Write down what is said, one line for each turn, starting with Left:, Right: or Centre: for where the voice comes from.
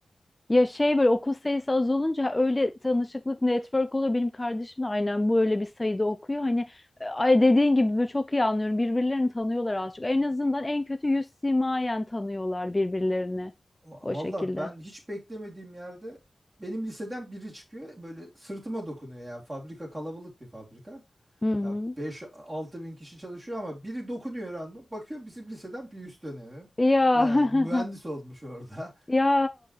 Left: Ya şey böyle okul sayısı az olunca öyle tanışıklık network oluyor. Benim kardeşim de aynen bu öyle bir sayıda okuyor. Hani e, ay dediğin gibi böyle çok iyi anlıyorum. Birbirlerini tanıyorlar az çok. En azından en kötü yüz simayen tanıyorlar birbirlerini
Right: Va-
Left: o
Right: Valla
Left: şekilde.
Right: ben hiç beklemediğim yerde benim liseden biri çıkıyor böyle sırtıma dokunuyor yani fabrika kalabalık bir fabrika.
Left: Hı hı.
Right: Ya beş altı bin kişi çalışıyor ama biri dokunuyor random. Bakıyor bizim liseden bir üst dönemim.
Left: Ya
Right: Yani
Left: <laughs>
Right: mühendis olmuş orada.
Left: ya